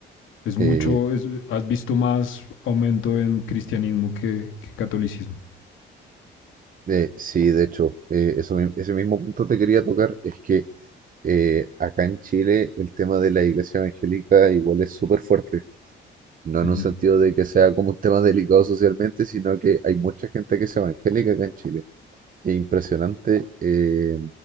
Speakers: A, on the left (about 80°); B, on the right (about 45°).
A: Es
B: Eh,
A: mucho, es- has visto más aumento en cristianismo que, que catolicismo.
B: Eh, sí, de hecho, eh, eso, mi- ese mismo punto te quería tocar, es que eh, acá en Chile el tema de la iglesia evangélica igual es súper fuerte, no en
A: Ujú,
B: un sentido de que sea como un tema delicado socialmente, sino que hay mucha gente que es evangélica acá en Chile. Es impresionante, eh,